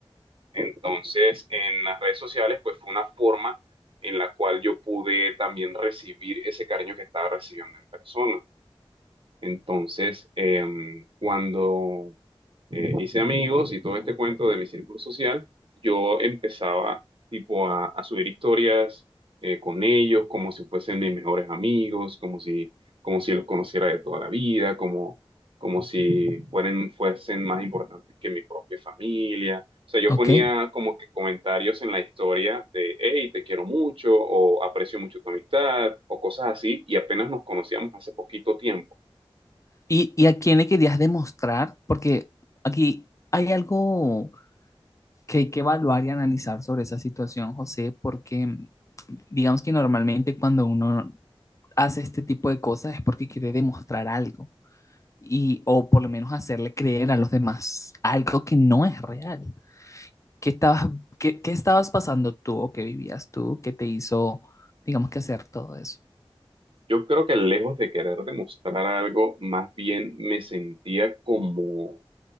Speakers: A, on the right; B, on the left.
A: Entonces, en las redes sociales, pues fue una forma en la cual yo pude también recibir ese cariño que estaba recibiendo en persona. Entonces, em, cuando eh, hice amigos y todo este cuento de mi círculo social, yo empezaba tipo a, a subir historias eh, con ellos como si fuesen mis mejores amigos, como si, como si los conociera de toda la vida, como, como si fueran, fuesen más importantes que mi propia familia. O sea, yo
B: ok.
A: ponía como que comentarios en la historia de, hey, te quiero mucho, o aprecio mucho tu amistad, o cosas así, y apenas nos conocíamos hace poquito tiempo.
B: ¿Y, y a quién le querías demostrar? Porque aquí hay algo que hay que evaluar y analizar sobre esa situación, José, porque digamos que normalmente cuando uno hace este tipo de cosas es porque quiere demostrar algo y o por lo menos hacerle creer a los demás algo que no es real. ¿Qué estabas, qué, qué estabas pasando tú o qué vivías tú que te hizo, digamos que hacer todo eso?
A: Yo creo que lejos de querer demostrar algo, más bien me sentía como,